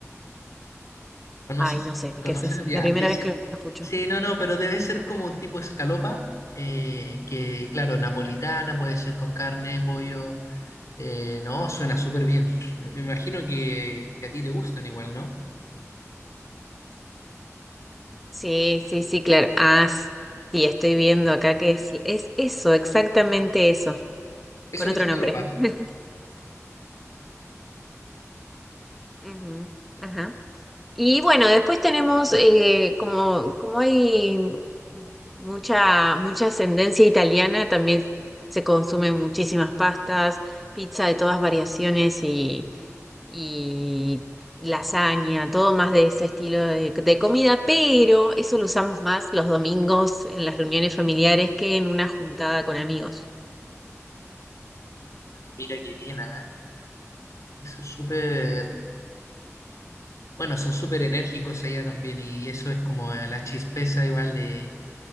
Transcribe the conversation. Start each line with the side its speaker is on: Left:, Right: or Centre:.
Left: ¿Conoces?
Centre: Ay, no sé,
Left: ¿Conoces?
Centre: ¿qué es eso?
Left: Ya,
Centre: Es la primera
Left: ese.
Centre: vez que lo escucho.
Left: Sí, no, no, pero debe ser como un tipo escalopa, eh, que claro, napolitana, puede ser con carne, pollo. eh, no, suena súper bien. Me imagino que, que a ti te gustan igual, ¿no?
Centre: Sí, sí, sí, claro. Ah, sí, estoy viendo acá que sí, es eso, exactamente eso,
Left: Es
Centre: con
Left: una
Centre: otro
Left: escalopa.
Centre: nombre. <laughs> Ujú, Ajá. Y bueno, después tenemos, eh, como, como hay mucha, mucha ascendencia italiana, también se consumen muchísimas pastas, pizza de todas variaciones y, y lasaña, todo más de ese estilo de, de comida, pero eso lo usamos más los domingos en las reuniones familiares que en una juntada con amigos.
Left: Mira qué bien, ¿ah? Eso es súper. Bueno, son súper enérgicos allá también, y eso es como eh, la chispeza igual de,